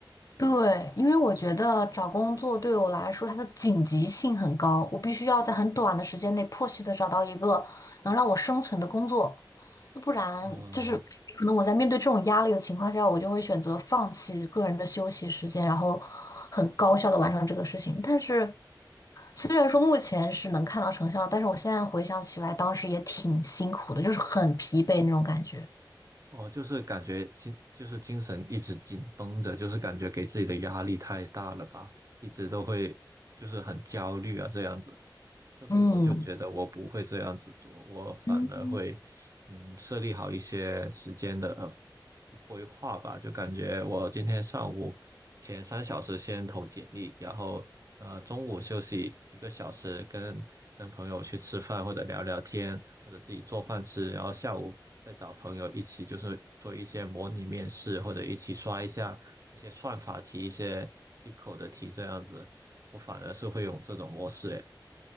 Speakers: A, on the left; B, on the right.
A: 对，因为我觉得找工作对我来说，它的紧急性很高，我必须要在很短的时间内迫切的找到一个能让我生存的工作，不然就是可能我在面对这种压力的情况下，
B: 哦，
A: 我就会选择放弃个人的休息时间，然后很高效的完成这个事情。但是虽然说目前是能看到成效，但是我现在回想起来，当时也挺辛苦的，就是很疲惫那种感觉。
B: 哦，就是感觉心就是精神一直紧绷着，就是感觉给自己的压力太大了吧，一直都会就是很焦虑啊这样子。但是我就觉得我不会这样子做，
A: 嗯。
B: 我反而会，
A: 嗯，
B: 嗯，设立好一些时间的呃规划吧。就感觉我今天上午前三小时先投简历，然后呃中午休息一个小时跟，跟朋友去吃饭或者聊聊天，或者自己做饭吃，然后下午再找朋友一起就是做一些模拟面试，或者一起刷一下一些算法题、一些 BICO 的题这样子。我反而是会用这种模式，哎。